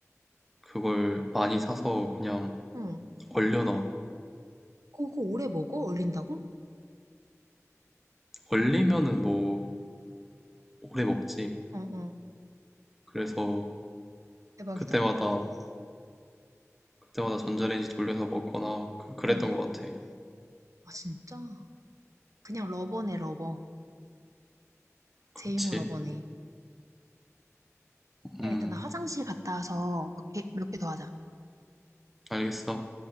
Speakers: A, in the centre; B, on the right.
A: 그걸 많이 사서 그냥
B: 응.
A: 얼려놔.
B: 그거 오래 먹어? 얼린다고?
A: 얼리면은 뭐, 오래 먹지.
B: 어, 어.
A: 그래서,
B: 대박이다.
A: 그때마다, 그때마다 전자레인지 돌려서 먹거나, 그, 랬던것
B: 응.
A: 같아.
B: 아, 진짜? 그냥 러버네, 러버. 제육
A: 그렇지.
B: 러버네.
A: 음,
B: 야, 일단 나 화장실 갔다 와서 몇 개, 몇 개 더 하자.
A: 알겠어.